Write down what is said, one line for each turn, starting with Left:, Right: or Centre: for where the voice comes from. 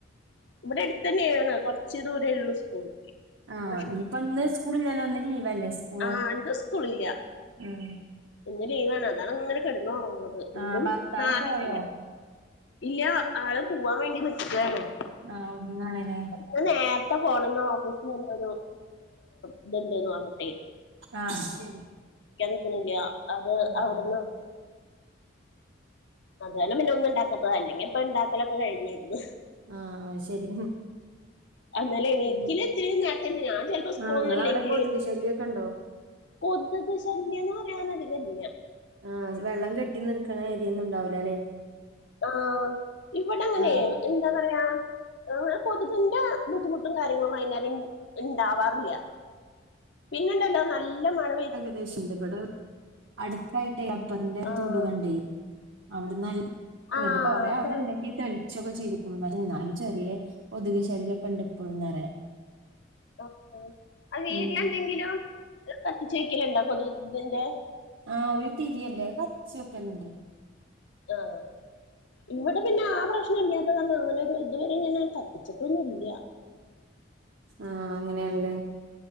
Left: ഇവിടെ അടുത്ത് തന്നെണ് കൊറച്ച് ദൂര ഉള്ളു സ്കൂൾ
Right: ആഹ്
Left: പക്ഷെ
Right: ഇനിപ്പ ഇന്ന് സ്കൂള് ഇല്ലല്ലോ ഇന്ന് ലീവല്ലെ സ്കൂള്,
Left: ആ ഇന്ന് സ്കൂളില്ല
Right: ഉം
Left: ഇന്ന് ലീവാണ് അതാണ് അങ്ങനെ കിടന്ന ഉറങ്ങുന്നത് ഇന്നും
Right: ആഹ് ഭർത്താവ്
Left: നാളേം
Right: പോയോ
Left: <unintelligible> ഇല്ല ആള് പോവാൻ വേണ്ടി നിക്കാണ്
Right: ആഹ് ഒറങ്ങാണല്ലേ
Left: ന്ന് നേരത്തെ പോണം ന്ന് ഓഫീസിൽ എന്തോരു ഇത്ണ്ടന്ന അന്നിട്ടേ
Right: ആഹ് ശരി
Left: ൻ നിക്കുന്നില്ല അത്
Right: ആഹ്
Left: അവിടുന്ന് അത് കാരണം പിന്നെ ഒന്നു ഉണ്ടാക്കാത്തത അല്ലെങ്കി ഇപ്പ ഉണ്ടാക്കലൊക്കെ കഴിഞ്ഞിരുന്നു
Right: ആഹ് ശരി
Left: അനാല് എനീക്കല്
Right: പിന്നെ
Left: ഇത്രയും നേരെത്തെനി ഞാൻ ചിലപ്പോ സ്കൂളൊന്നും
Right: ആഹ് ഇങ്ങളവിടെ
Left: ഇല്ലെങ്കില്
Right: കൊതുക് ശല്യൊക്കെ ഉണ്ടോ?
Left: കൊതുകു ശല്യന്ന് പറയാനധികല്ല്യ
Right: ആഹ് വെള്ളം കെട്ടി നിർക്കണ ഏരിയൊന്നുംണ്ടാവൂല അല്ലേ
Left: ആഹ് ഇവിടെ അങ്ങനെ
Right: ആഹ്
Left: എന്താ പറയാ മ്മൾ കൊതുകിന്റെ ബുദ്ധിമുട്ടും കാര്യങ്ങളും വൈന്നേരം ഇണ്ടാവാറില്ല്യ പിന്നെണ്ടല്ലോ നല്ല മഴ
Right: ഇവിടെ അടുത്തായിട്ടേ റബറിന്റെ
Left: ആഹ്
Right: തൊട് കണ്ടേ അവിടെന്ന ഇങ്ങിട്ട്
Left: ആഹ്
Right: കൊറെ
Left: അതാണ്
Right: അവിടെന്ത തളിച്ചൊക്കെ ചെയ്തുക്ണു എന്നാലും ചെറിയ കൊതുക് ശല്യൊക്കെ ഉണ്ട് ഇപ്പോഴുന്ന് പറയ
Left: ആ അ വീതിയോന്തെങ്കിലും
Right: ഉം
Left: കത്തിച്ച് വെക്കലുണ്ടോ കൊതു ഇതിന്റെ
Right: ആഹ് ഒരു തിരിയല്ലേ കച്ചൊക്കെണ്ട്
Left: ആഹ് ഇവിടെ പിന്നെ ആ പ്രശ്നല്ല കാരണം അങ്ങനൊ ഒരു ഇതുവരെ ഞാനങ്ങനെ കത്തിച്ചിട്ടൊന്നും ഇല്ല്യ
Right: ആഹ് അങ്ങനെയാണല്ലേ